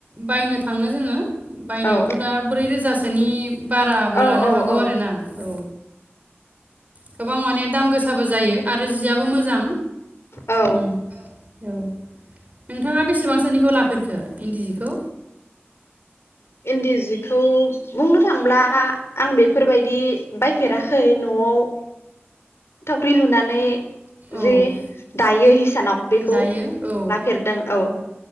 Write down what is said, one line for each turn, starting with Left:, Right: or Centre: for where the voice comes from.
Right: बायनो थांङो जोंङो। बायनायावथ'
Left: औ
Right: दा ब्रै रोजासोनि बाराबो
Left: औ
Right: लानो
Left: औ
Right: हागौ
Left: औ
Right: आरो ना औ गोबां माने दाम गोसाबो जायो। आरो जियाबो मोजां
Left: औ
Right: उम औ नोंथांङा बेसेबांस खो नि खौ लाफेरखो इन्दि जि खौ?
Left: इन्दि जिखौ बुंनो थांब्ला आं बेफोरबायदि बायफेराखै न'आव थावख्रि लुनानै
Right: औ
Left: जि दायो हिसानाव बेखौ
Right: दायो औ
Left: लाफेरदों औ